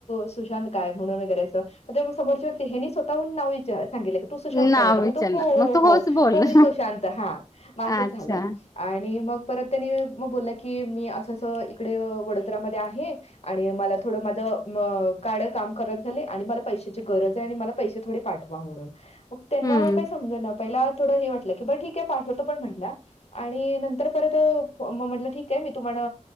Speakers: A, on the left; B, on the left.
A: सुशांत काय म्हणून वगैरे असं. मग ते समोरची व्यक्ती हेनी स्वतहून नाव विचार सांगितले, तू सुशांत
B: नाव
A: काय म्हने
B: विचारलं
A: त हो
B: मग तो
A: हो
B: होच बोलला
A: हो मी सुशांत हा म असं
B: अच्छा
A: झालं. आणि मग परत त्यांनी मग बोललं की मी असं असं इकडे वडोदरा्मध्ये आहे. आणि मला थोडं माझ कार्ड काम खराब झाले आणि मला पैशाची गरज आहे आणि मला पैसे थोडे, पाठवा म्हणून मग त्यांना
B: हम्म
A: काय समजना पहिला थोडं हे वाटलं की बर ठीक आहे पाठवते पण म्हटल्या, आणि नंतर परत मग म्हटलं ठीक आहे मी तुम्हाला